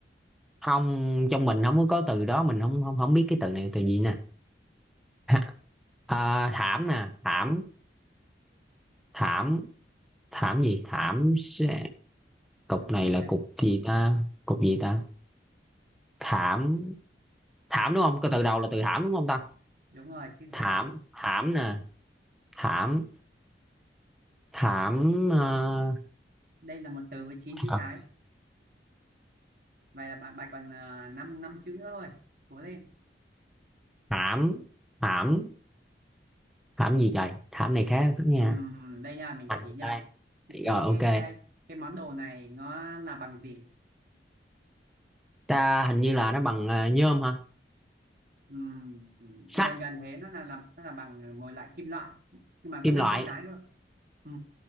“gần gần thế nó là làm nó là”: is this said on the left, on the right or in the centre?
Right